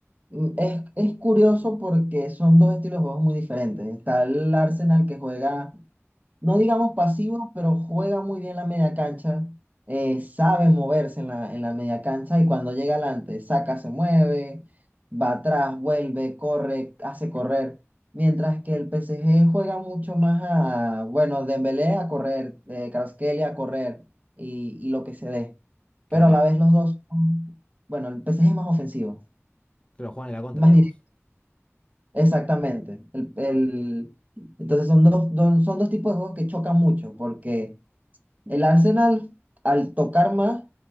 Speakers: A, on the right; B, on the left.
A: mm, es, es curioso porque son dos estilos de juegos muy diferentes. Está el Arsenal que juega no digamos pasivo, pero juega muy bien la media cancha, eh, sabe moverse en la, en la media cancha y cuando llega adelante, saca, se mueve, va atrás, vuelve, corre, hace correr. Mientras que el PSG juega mucho más a, bueno, Dembélé a correr, eh, Kvaratskhelia a correr y, y lo que se dé.
B: que
A: Pero
B: eh,
A: a la vez los dos son- bueno, el PSG es más ofensivo,
B: que lo juegan en la contra,
A: más
B: digamos.
A: directo. Exactamente. El, el- entonces son dos, dos- son dos tipos de juegos que chocan mucho porque el Arsenal, al tocar más,